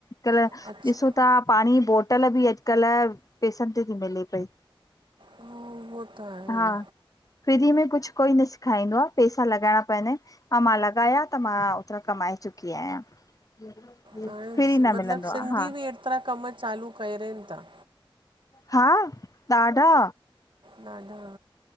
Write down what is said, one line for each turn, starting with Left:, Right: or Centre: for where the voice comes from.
Left: कल्ह
Right: अच्छा
Left: ॾिसूं था पाणी बोटल बि अॼकल्ह पेसनि ते थी मिले पई।
Right: ओ, उहो त आहे
Left: हा फ्री में कुझु कोई न सिखारींदो आहे, पेसा लॻाइणा पवंदा आहिनि ऐं मां लगाया त मां एतिरा कमाए चुकी आहियां।
Right: हाणे
Left: फ्री न
Right: मतलबु
Left: मिलंदो
Right: सिंधी
Left: आहे हा
Right: बि एतिरा कम चालू करनि था।
Left: हा ॾाढा
Right: डाढा